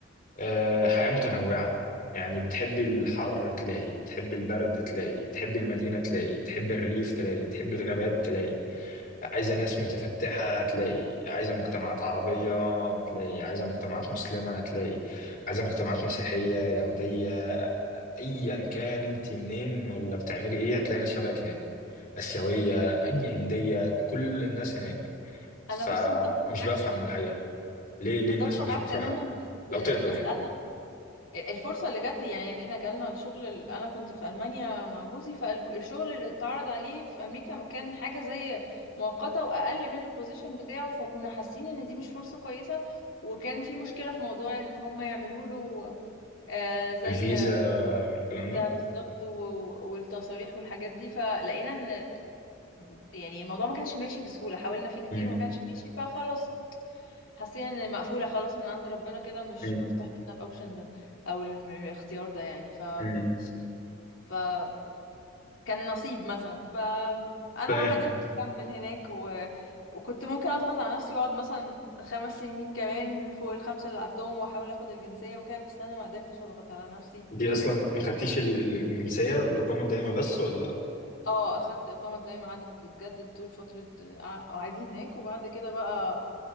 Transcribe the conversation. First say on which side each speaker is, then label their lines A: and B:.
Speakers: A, on the left; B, on the left.
A: آه، حياه متنوعه يعني بتحبي الحر تلاقي بتحبي البرد تلاقي بتحبي المدينه تلاقي بتحبي الريف تلاقي بتحبي الغابات تلاقي عايزة ناس متفتحة هتلاقي عايزة مجتمعات عربية هتلاقي عايزة مجتمعات مسلمة هتلاقي عايزة مجتمعات مسيحية يهودية أيا كان أنت منين ولا بتعملي إيه هتلاقي ناس شبهك هناك آسيوية أي هندية كل الناس هناك
B: أنا
A: فمش
B: بص متفقة معاك
A: بفهم
B: تماما
A: الحقيقة ليه ليه
B: متفقة
A: الناس مش
B: معاك
A: بتروح
B: تماما بس
A: لو تقدر
B: بس
A: يعني
B: أنا الفرصة اللي جات لي يعني إحنا جالنا الشغل ال- أنا كنت في ألمانيا مع جوزي فالشغل اللي اتعرض عليه في أمريكا كان حاجة زي مؤقتة وأقل من البوزيشن بتاعه فكنا حاسين إن دي مش فرصة كويسة وكان في مشكلة في موضوع إن هم يعملوا له آه، زي
A: الفيزا والكلام
B: فيزا
A: ده
B: بالظبط و- والتصاريح والحاجات دي فلقينا ان يعني الموضوع ما كانش ماشي بسهولة حاولنا فيه كتير
A: مم.
B: وما كانش ماشي فخلاص حسينا ان مقفولة خلاص من عند ربنا كده مش
A: مم.
B: مفتوح لنا الاوبشن ده او الم- الاختيار ده يعني ف
A: مم.
B: فكان نصيب مثلا فانا
A: فاهم
B: بقى ما قدرت اكمل هناك و... وكنت ممكن اضغط على نفسي واقعد مثلا خمس سنين كمان فوق الخمسة اللي قعدتهم واحاول اخد الجنسية وكده بس انا ما قدرتش اضغط على نفسي
A: دي أصلا ما خدتيش ال- ال- الجنسية الإقامة الدائمة بس ولا
B: اه اخدت اقامه دايما قعدت تتجدد طول فتره آه، قعدي هناك وبعد كده بقى